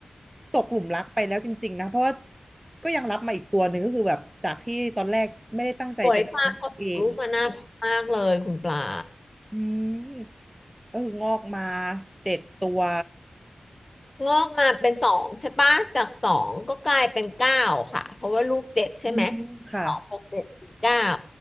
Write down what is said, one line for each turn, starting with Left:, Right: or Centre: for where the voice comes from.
Right: ตกหลุมรักไปแล้วจริงๆนะเพราะว่าก็ยังรับมาอีกตัวหนึ่งก็คือแบบจากที่ตอนแรกไม่ได้ตั้งใจจะเลี้ยงเอง
Left: โอยฟาร์มเขาูกลูกมาน่ารักมากเลยคุณปลา
Right: อืมก็คืองอกมาเจ็ดตัว
Left: งอกมาเป็นสองใช่ปะจากสองก็กลายเป็นเก้าค่ะเพราะว่าลูกเจ็ดใช่ไหม
Right: อืมค่ะ
Left: สองบวกเจ็ดเป็นเก้า